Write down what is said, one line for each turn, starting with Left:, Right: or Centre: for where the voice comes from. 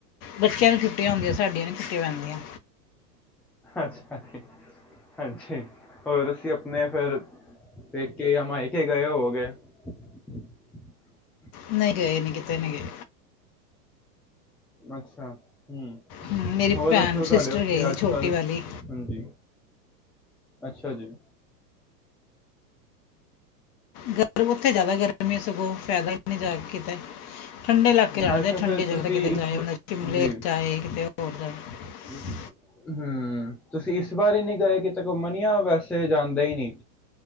Left: ਬੱਚਿਆਂ ਨੂੰ ਛੁੱਟੀਆਂ ਹੁੰਦੀਆਂ ਸਾਡੀਆਂ ਨੂੰ ਛੁੱਟੀਆਂ ਪੈਂਦੀਆਂ
Centre: ਅੱਛਾ ਹਾਂਜੀ ਹੋਰ ਤੁਸੀਂ ਆਪਣੇ ਫਿਰ ਪੇਕੇ ਜਾਂ ਮਾਇਕੇ ਗਏ ਹੋ ਗਏ <unintelligible>
Left: ਨਹੀ ਗੇਏ ਨਹੀਂ ਕੀਤੇ ਨਹੀਂ ਗਏ
Centre: ਅੱਛਾ ਹਮ
Left: ਹਮ, ਮੇਰੀ
Centre: ਹੋ
Left: ਭੈਣ
Centre: ਦੱਸੋ ਤੁਹਾੱਡੇ
Left: ਸਿਸਟਰ
Centre: ਉੱਥੇ
Left: ਗਈ ਸੀ
Centre: ਅੱਜ
Left: ਛੋਟੀ
Centre: ਕੱਲ
Left: ਵਾਲੀ
Centre: ਹਾਂਜੀ ਅੱਛਾ ਜੀ
Left: ਗਰਮੀਂ ਉੱਥੇ ਜ਼ਿਆਦਾ ਗਰਮੀਂ ਸਗੋਂ ਫਾਇਦਾ ਵੀ ਨਹੀਂ ਜਾਕੇ ਕਿੱਤੇ ਠੰਡੇ ਇਲਾਕੇ ਜਾਣਾ
Centre: ਅੱਛਾ
Left: ਚ
Centre: ਫਿਰ
Left: ਠੰਢੇ ਜਗਾਂ
Centre: ਤੁਸੀਂ
Left: ਤੇ ਕਿਤੇ
Centre: ਇਸ
Left: ਜਾਏ
Centre: ਬ-
Left: ਸ਼ਿਮਲੇ
Centre: ਜੀ
Left: ਜਾਏ ਕਿੱਤੇ ਹੋਰ ਜਾਵੇ
Centre: ਹੂੰ, ਤੁਸੀ ਇਸ ਬਾਰ ਈ ਨਈ ਗਏ ਕਿਤੇ ਘੁਮੱਨ ਯਾ ਵੈਸੇ ਜਾਂਦੇ ਏ ਨਈ?